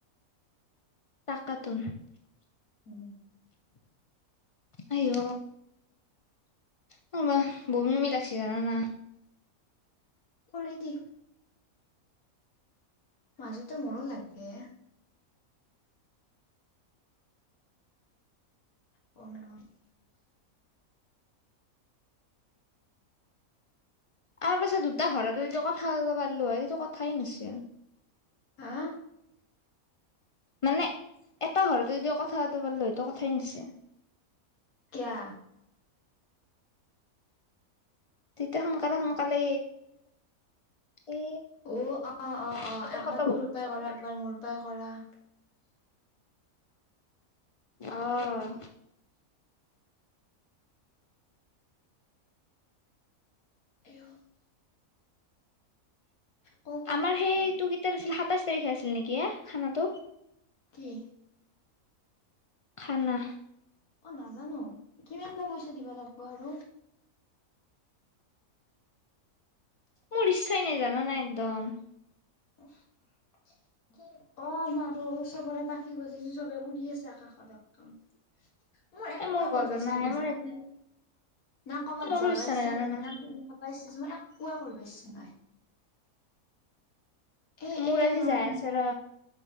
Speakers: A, on the left; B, on the left.
A: তাকাটো
B: উম।
A: আইহ কিবা বমি বমি লাগছে জা উম।
B: কৰি দে মাজতে মোৰো লাগে। <unintelligible>
A: আমাৰ পাছেত দুটা ঘৰত যদি কথা পাত বা পাৰলো হয়টো কথাই নাছিল।
B: হাঁ
A: মানে এটা ঘৰতে যদি কথা পাতবা পাৰলো হয়তো কথাই নাছিল।
B: কিয়া?
A: তেততিয়া সোনকালে সোনকালে এ
B: অ অ অ
A: এইকেইটা
B: অ একবাৰ
A: খতম
B: তোৰ পে কৰে একবাৰ মোৰ পে উপায় কৰা।
A: অহ।
B: আইহ। ক ক
A: আমাৰ
B: ক কিবা
A: সেইটো গীটাৰ আছিল সাতাইছ তাৰিখে আছিল নেকি এ খানাটো।
B: কি
A: খানা
B: অ নাজানো কিমান বা পইচা দিবা লাগিব আৰু।
A: মোৰ ইচ্ছাই নাই জানা না একদম।
B: অ পাৰো আৰু চবৰে পাখি গজিছো চবে উৰি আছে আকাশত একদম। মোৰ একোৱে
A: এ মোৰ গজনা
B: কৰবা ইচ্ছা নাযায়,
A: মোৰ
B: জানা নে? না কৰ'বাত
A: মোৰো
B: যাব ইচ্ছা
A: নাই জানানা
B: না খাবা ইচ্ছা মই একোৱেই কৰিবচ্ছা নাই। এ
A: মোৰ
B: এ
A: আজি
B: অলমান
A: যাই আছে ৰ